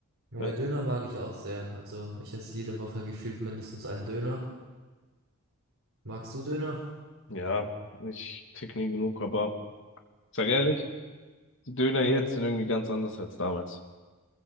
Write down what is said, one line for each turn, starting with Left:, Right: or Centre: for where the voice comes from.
Right: Ja,
Left: Weil-
Right: weil Döner mag ich auch sehr. Also ich esse jede Woche gefühlt mindestens einen Döner. Magst du Döner?
Left: Ja, ich krieg nie genug, aber ich sag ehrlich. Die Döner jetzt sind irgendwie ganz anders als damals.